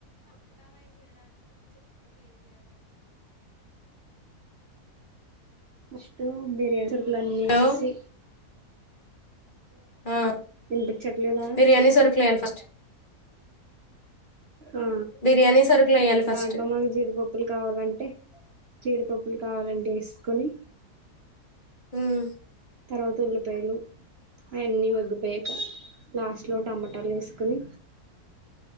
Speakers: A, on the right; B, on the left.
A: ఫస్టూ బిర్యానీ సరుకలన్నీ
B: హలో
A: ఏసేసి
B: ఆ
A: వినిపించట్లేదా?
B: బిర్యానీ సరుకులు వేయాలి ఫస్ట్
A: ఆ,
B: బిర్యానీ సరుకులు వేయాలి ఫస్ట్
A: దాంట్లో మనక్ జీడిపప్పులు కావాలంటే? జీడిపప్పులు కావాలంటే ఏసుకొని
B: ఉమ్
A: తర్వాత ఉల్లిపాయలు, అయన్నీ ఒడ్డుపోయాక లాస్ట్ లో టమాటాలు వేసుకుని